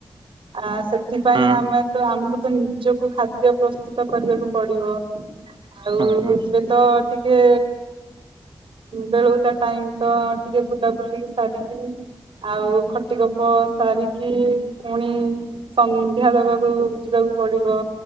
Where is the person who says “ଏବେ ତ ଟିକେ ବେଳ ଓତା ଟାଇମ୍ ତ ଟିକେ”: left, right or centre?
Right